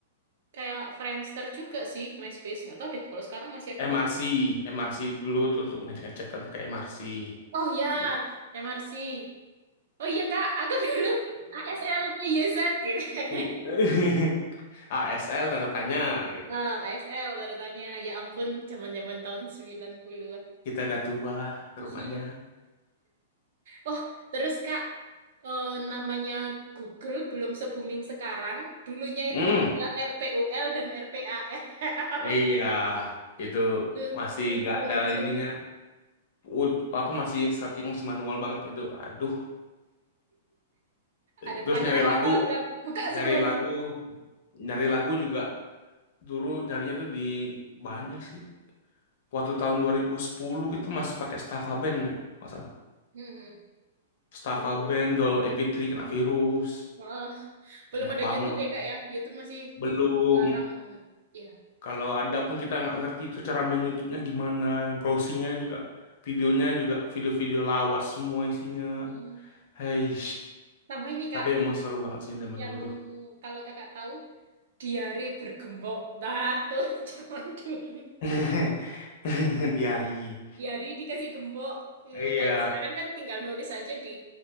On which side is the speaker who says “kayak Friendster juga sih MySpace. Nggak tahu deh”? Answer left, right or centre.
Right